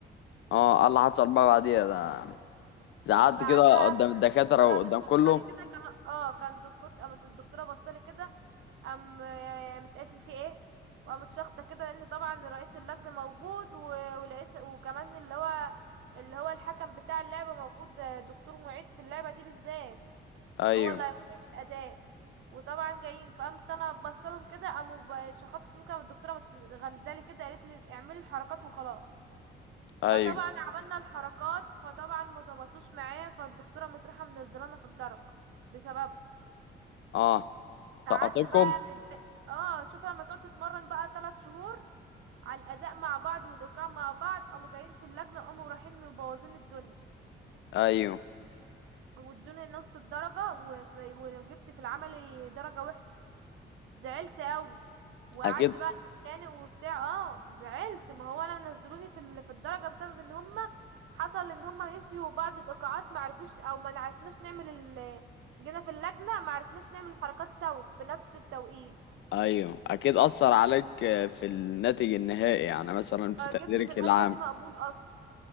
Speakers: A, on the left; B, on the right.
A: اه قال اللي حصل بقى بعديها ده زعلت
B: بعدها
A: كده قدام
B: قامت
A: الدكاترة
B: الدكتوره
A: وقدام
B: قامت بصالي
A: كله
B: كده كان اه كان دكتور قامت الدكتوره بصالي كده قام قامت قالت لي في ايه وقامت شخطه كده لان طبعا رئيس اللجنه موجود و... ورئيس وكمان اللي هو اللي هو الحكم بتاع اللعبه موجود آه، دكتور معيد في اللعبه دي بالذات
A: ايوه
B: هو اللي هيقيم الاداء وطبعا جايين فقامت انا بصلهم كده قاموا ب- شخطت فيهم كده الدكتوره مش- غمزالي كده قالت لي اعملي الحركات وخلاص
A: ايوه
B: فطبعا عملنا الحركات فطبعا ما ظبطوش معايا فالدكتوره مطرحه منزلانا في الدرك بسببه
A: اه
B: قعدت
A: سقطتكم
B: بقى مد... اه شوف لما تقعد تتمرن بقى ثلاث شهور على الاداء مع بعض والايقاع مع بعض قاموا جايين في اللجنه قاموا رايحين مبوظين الدنيا
A: ايوه
B: وادوني نص الدرجه وس- وجبت في العملي درجه وحشه زعلت قوي وقعدت
A: اكيد
B: بقى اتخانق وبتاع اه زعلت ما هو انا نزلوني في ال- في الدرجه بسبب ان هما حصل ان هما نسيوا بعض الايقاعات ما عرفوش او ما عرفناش نعمل ال جينا في اللجنه ما عرفناش نعمل الحركات سوا في نفس التوقيت
A: ايوه اكيد اثر عليك آه، في الناتج النهائي يعني مثلا في
B: آه،
A: تقديرك
B: جبت في الماده
A: العام
B: دي مقبول اصلا